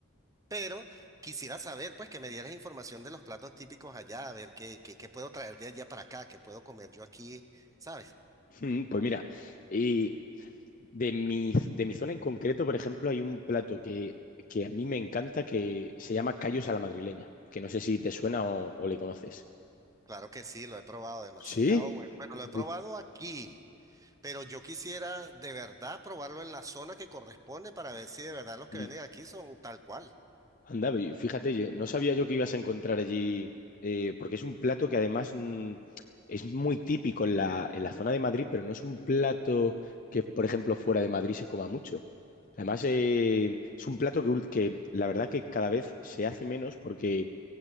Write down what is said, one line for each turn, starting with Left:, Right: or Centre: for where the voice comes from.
Right: Pero quisiera saber, pues, que me dieras información de los platos típicos allá, a ver qué, qué, qué puedo traer de allá para acá, qué puedo comer yo aquí, ¿sabes?
Left: Mm, Pues mira, y de mi, de mi zona en concreto, por ejemplo, hay un plato que, que a mí me encanta que se llama callos a la madrileña, que no sé si te suena o, o le conoces.
Right: Claro que sí, lo he probado demasiado
Left: ¿Sí?
Right: bueno. Bueno, lo
Left: Uf.
Right: he probado aquí, pero yo quisiera de verdad probarlo en la zona que corresponde para ver si de verdad los que
Left: Mm.
Right: venden aquí son tal cual,
Left: Anda, ve- fíjate, ye- no sabía yo que ibas a encontrar allí, eh, porque es un plato que además mm, es muy típico en la, en la zona de Madrid, pero no es un plato que, por ejemplo, fuera de Madrid se coma mucho. Además, eh, es un plato que, ul- que la verdad que cada vez se hace menos porque